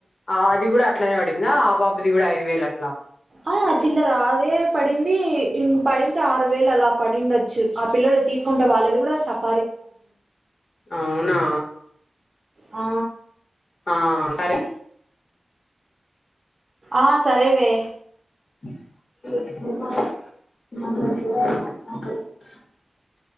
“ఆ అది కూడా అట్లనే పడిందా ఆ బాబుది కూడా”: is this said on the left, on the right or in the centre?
Left